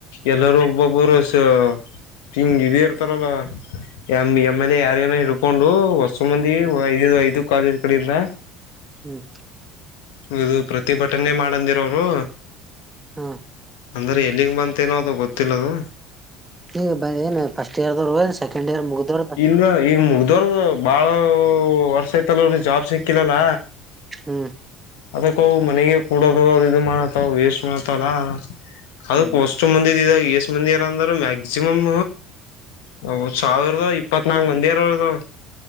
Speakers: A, on the left; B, on the right.
A: ಎಲ್ಲೋರು ಒಬ್ಬೊಬ್ರು ಸ ಟ ಹಿಂಗ್ ಇದ ಇರ್ತಾರಲ್ಲ ಎ ಎಮ್ ಏಮ್ ಎಲ್ ಎ ಯಾರಿಗನ ಹಿಡ್ಕೊಂಡು ಹೊಸ್- ವಸ್ಟು ಮಂದಿಗಿ
B: ಹ್ಮ್
A: ವ ಐದು ಐದು ಕಾಲೇಜ್ ಕಡಿಂದ.
B: ಹ್ಮ್.
A: ಇದು ಪ್ರತಿಭಟನೆ ಮಾಡಂದಿರ ಅವ್ರು.
B: ಹಾ.
A: ಅಂದರ್ ಎಲ್ಲಿಗ್ ಬಂತೆನೋ ಅದು ಗೊತ್ತಿಲ್ಲದು.
B: ಏ ಬ ಎನ್ ಫಸ್ಟ್ ಇಯರ್ ದೊರು ಎನ್ ಸೇ ಸೆಕೆಂಡ್ ಇಯರ್ ಮುಗದೋರ್
A: ಇಲ್ಲ ಈಗ ಮುಗ್ದೋರ್ದು ಬಾಳ ವರ್ಷ ಐತಲ್ರಿ ಜಾಬ್ ಸಿಕ್ಕಿಲ್ಲಲ್ಲ.
B: ಹ್ಮ್.
A: ಅದಕ್ಕ ಅವ್ ಮನ್ಯಾಗೆ ಕೂಡದ ಅದು ಇದು ಮಾಡತಾವು ವೇಸ್ಟ್ ಮಾಡ್ಲತವಲ್ಲ ಅದಕ್
B: ಹ್ಮ್
A: ಒಸ್ <unintelligible> ಇಷ್ಟ ಮಂದಿ ಆರಾ ಅಂದ್ರ ಮ್ಯಾಕ್ಸಿಮಮ್. ಹಾ ಸಾವಿರದ ಇಪ್ಪತ್ನಾಲ್ಕು ಮಂದಿಯಾರು ಇದ್ದಾರ.